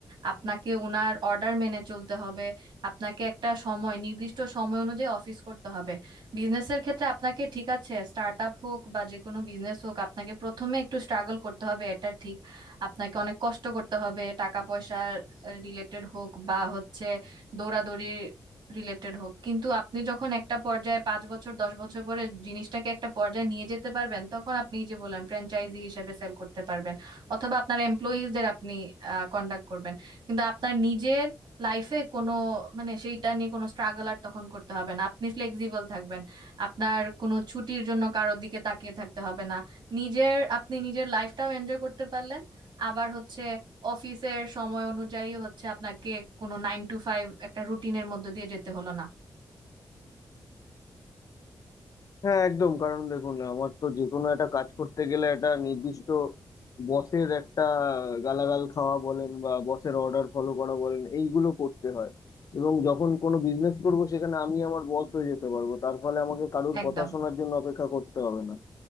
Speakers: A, on the right; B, on the left.
A: আপনাকে ওনার অর্ডার মেনে চলতে হবে আপনাকে একটা সময় নির্দিষ্ট সময় অনুযায়ী অফিস করতে হবে বিজনেসের ক্ষেত্রে আপনাকে ঠিক আছে স্টার্ট আপ হোক বা যে কোনো বিজনেস হোক আপনাকে প্রথমে একটু স্ট্রাগল করতে হবে এটা ঠিক আপনাকে অনেক কষ্ট করতে হবে টাকা পয়সা রিলেটেড হোক বা হচ্ছে দৌড়াদৌড়ি রিলেটেড হোক কিন্তু আপনি যখন একটা পর্যায়ে পাঁচ বছর দশ বছর পরে জিনিসটাকে একটা পর্যায়ে নিয়ে যেতে পারবেন তখন আপনি যে বলেন ফ্র্যাঞ্চাইজি হিসেবে সেল করতে পারবেন অথবা আপনার এমপ্লয়িজদের আপনি কন্ডাক্ট করবেন কিন্তু আপনার নিজের লাইফে কোনো মানে সেইটা নিয়ে কোনো স্ট্রাগল আর তখন করতে হবে না আপনি ফ্লেক্সিবল থাকবেন আপনার কোনো ছুটির জন্য কারোর দিকে তাকিয়ে থাকতে হবে না নিজের আপনি নিজের লাইফটাও এনজয় করতে পারলেন আবার হচ্ছে অফিসের সময় অনুযায়ী হচ্ছে আপনাকে কোনো নাইন টু ফাইভ একটা রুটিনের মধ্যে দিয়ে যেতে হলো না
B: হ্যাঁ একদম কারণ দেখুন আমার তো যে কোনো একটা কাজ করতে গেলে একটা নির্দিষ্ট বসের একটা গালাগাল খাওয়া বলেন বা বসের অর্ডার ফলো করা বলেন এইগুলো করতে হয় এবং যখন কোনো বিজনেস করব সেখানে আমি আমার বস হয়ে যেতে পারবো তার ফলে আমাকে কারুর
A: একদম
B: কথা শোনার জন্য অপেক্ষা করতে হবে না